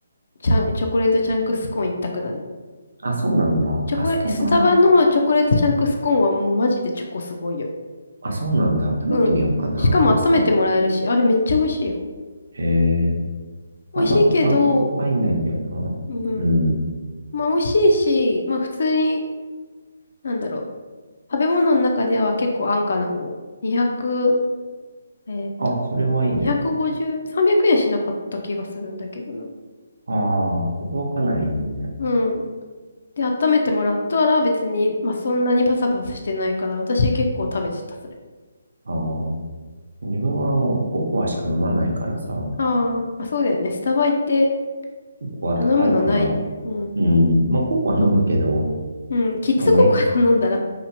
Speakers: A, on the left; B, on the right.
A: チャン、チョコレートチャンクスコーン一択だね。
B: あ、そうなんだ。
A: チョコレ、
B: あ、スタバ、
A: スタバのチョコレートチャンクスコーンはもうマジでチョコすごいよ。
B: あ、そうなんだ。食べてみようかな。
A: うん。しかも温めてもらえるし、
B: なんかスタ、
A: あれめっちゃ美味しいよ。
B: えー、ス
A: 美味しいけど、
B: タバってあんま入んないんだよな。
A: うん。
B: うん。
A: まあ美味しいし、まあ普通に、なんだろう。食べ物の中では結構安価な方。200、えっと、
B: あ、それはいいね。
A: 250、300円しなかった気がするんだけどな。
B: ああ、それはかなりいいね。
A: うん。で、温めてもらったら別に、まあ、そんなにパサパサしてないから、私結構食べてた、それ。
B: ああ、自分はもうココアしか飲まないからさ、コ
A: ああ、まあ、そうだよね。スタバ行って
B: コア高いから、
A: 頼むのない。うん。
B: うん。まあ、ココは飲むけど、
A: うん、キッズココア頼んだら。
B: まあ、め、